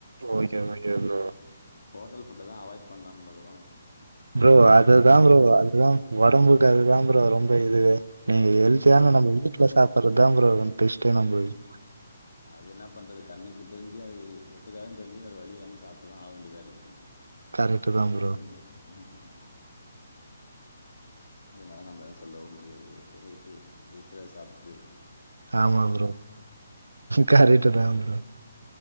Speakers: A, on the right (about 90°); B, on the left (about 75°).
A: okay okay bro
B: hotel food தான் அவாய்ட் பண்லாம் பார்க்குற
A: ப்ரோ அதுதான் ப்ரோ அதுதான் உடம்புக்கு அதுதான் ப்ரோ ரொம்ப இதுவே நீங்க ஹெல்தியா
B: அது
A: நம்ப <unintelligible> சாப்புறது தான் ப்ரோ <unintelligible> நம்மளுக்கு
B: அது என்ன பண்றது கண்ணுக்கு தெரிஞ்சு அது ஒத்துக்காதுனு தெரிஞ்சு வேற வழி இல்லாம சாப்பிட்டுதான் ஆக வேண்டியதா இருக்கு
A: கரெக்ட்டு
B: சுச்சுவேஷன்
A: தா ப்ரோ
B: <unintelligible> அதனால நம்ம எது சொல்லவும் முடியாது ஓகே ரைட்டு இருக்கிற சாப்பிட்டு
A: ஆமா ப்ரோ கரெட்டுதான் ப்ரோ